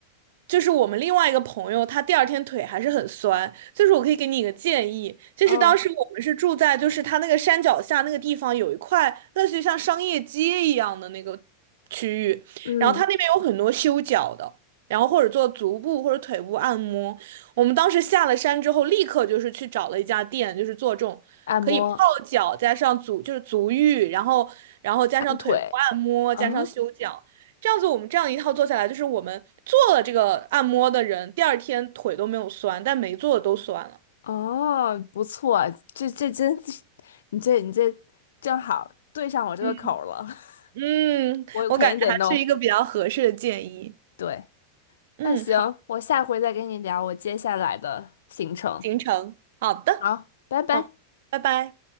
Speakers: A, on the right; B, on the left.
A: 就是我们另外一个朋友，他第二天腿还是很酸。就是我可以给你一个建议，就是当时我们是住在就是他那个山脚下那个地方有一块类似于像商业街一样的那个区域，
B: 嗯嗯，
A: 然后他那边有很多修脚的。然后或者做足部或者腿部按摩，我们当时下了山之后，立刻就是去找了一家店，就是做这种可以泡脚加上足就是足浴，
B: 按摩
A: 然后然后加上腿部按摩加上修脚。
B: 按腿，啊
A: 这样子，我们这样一套做下来，就是我们做了这个按摩的人，第二天腿都没有酸，但没做的都酸了。
B: 哦，不错，这这真，<laughs> 你这你这正好对上我这个口儿了，
A: 嗯嗯，
B: <laughs> 我肯定得弄。
A: 我感觉还是一个比较合适的建议。
B: 对，
A: 嗯，
B: 那行，
A: 好，
B: 我下回再跟你聊我接下来的行程。
A: 行程，好的，
B: 好，拜拜。
A: 好，拜拜。